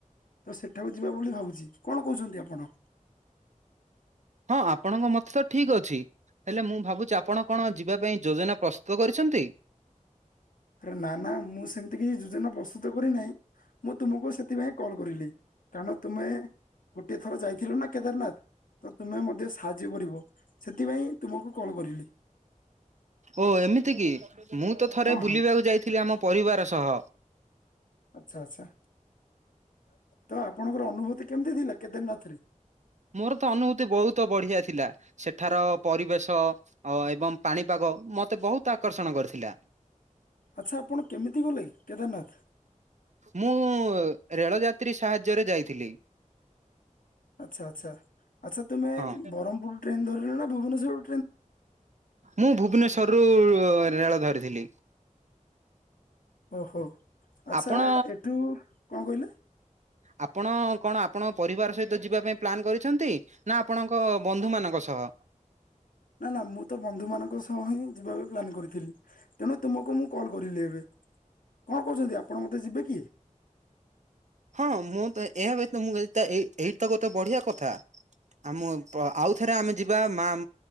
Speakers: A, on the left; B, on the right.
A: ତ ସେଠାକୁ ଯିବା ବୋଲି ଭାବୁଛି କଣ କହୁଛନ୍ତି ଆପଣ?
B: ହଁ ଆପଣଙ୍କ ମତ ତ ଠିକ ଅଛି। ହେଲେ ମୁଁ ଭାବୁଛି ଆପଣ କଣ ଯିବା ପାଇଁ ଯୋଜନା ପ୍ରସ୍ତୁତ କରିଛନ୍ତି।
A: ରେ ନା ନା ମୁଁ ସେମିତି କିଛି ଯୋଜନା ପ୍ରସ୍ତୁତ କରିନାହିଁ। ମୁଁ ତୁମକୁ ସେଥିପାଇଁ କଲ୍ କରିଲି କାରଣ ତୁମେ ଗୋଟିଏ ଥର ଯାଇଥିଲ ନା କେଦାରନାଥ ତ ତୁମେ ମଧ୍ୟ ସାହାଯ୍ୟ କରିବ ସେଥିପାଇଁ ତୁମକୁ କଲ କରିଲି।
B: ଓ ଏମିତି କି ମୁଁ ତ ଥରେ
A: ହଁ
B: ବୁଲିବାକୁ
A: ହଁ
B: ଯାଇଥିଲି ଆମ ପରିବାର ସହ।
A: ଆଛା ଆଛା ତ ଆପଣଙ୍କର ଅନୁଭୂତି କେମତି ଥିଲା କେଦାରନାଥ ରେ?
B: ମୋର ତ ଅନୁଭୂତି ବହୁତ ବଢିଆ ଥିଲା ସେଠାର ପରିବେଶ ଅ ଏବଂ ପାଣିପାଗ ମତେ ବହୁତ ଆକର୍ଷଣ କରିଥିଲା।
A: ଆଛା ଆପଣ କେମିତି ଗଲେ କେଦାରନାଥ?
B: ମୁଁ ରେଳ ଯାତ୍ରୀ ସାହାଯ୍ୟ ରେ ଯାଇଥିଲି।
A: ଆଛା ଆଛା ଆଛା ତୁମେ
B: ହଁ
A: ବ୍ରହ୍ମପୁର ଟ୍ରେନ୍ ଧରିିଲ ନା ଭୁବନେଶ୍ୱର?
B: ମୁଁ ଭୁବନେଶ୍ଵର ରୁ ରେଳ ଧରିଥିଲି।
A: ଓ ହୋ ଆଛା
B: ଆପଣ
A: ଏଠୁ କଣ କହିଲେ?
B: ଆପଣ କଣ ଆପଣ ପରିବାର ସହିତ ଯିବା ପାଇଁ ପ୍ଲାନ୍ କରିଛନ୍ତି? ନା ଆପଣଙ୍କ ବନ୍ଧୁ ମାନଙ୍କ ସହ?
A: ନା ନା ମୁଁ ତ ବନ୍ଧୁମାନାନଙ୍କ ସହ ହିଁ ଯିବା ପାଇଁ ପ୍ଲାନ କରିଥିଲି। ତେଣୁ ତୁମକୁ ମୁଁ କଲ କରିଲି ଏବେ କଣ କଛନ୍ତି ଆପଣ ମତେ ଯିବେ କି <unintelligible>
B: ହଁ ମୁଁ ତ ଏହା ବ୍ୟ ମୁଁ ଏଇ ଏଇଟା ଗୋଟେ ବଢିଆ କଥା ଆମ ଆଉଥରେ ଆମେ ଯିବା ମା